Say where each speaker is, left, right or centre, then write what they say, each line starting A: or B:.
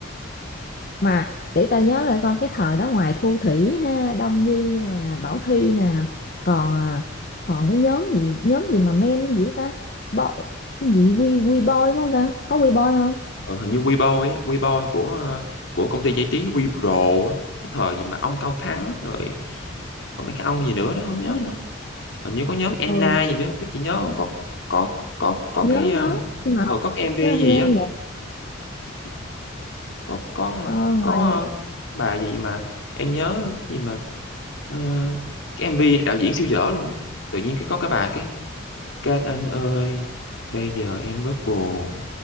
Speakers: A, on the left; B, on the left.
A: mà để ta nhớ lại con cái thời đó ngoài Thu Thủy ha Đông Nhi nè Bảo Thy nè còn à, còn cái nhóm gì nhóm gì mà men gì đó ta Bo, gì quy quy boy phải không ta có quy boy không
B: Ờ, hình như Weibo ấy, Weibo của ờ, của công ty giải trí Wepro á, cái thời gì mà ông Cao Thắng rồi còn mấy cái ông gì nữa đó không nhớ nữa. Hình như có nhóm Enna
A: ừ
B: gì nữa, biết chị nhớ không? Có có có có
A: nhớ
B: cái ờ
A: nhớ nhưng mà
B: ờ,
A: học
B: có cái MV
A: nhớ
B: gì
A: nghe
B: á,
A: nhạc
B: Ừ. có có mà-
A: ờ, ngoài
B: có ờ, bà gì mà em nhớ gì mà ờ, cái MV đạo diễn siêu dở luôn á. Tự nhiên cái có cái bà cái các anh ơi, bây giờ em rất buồn.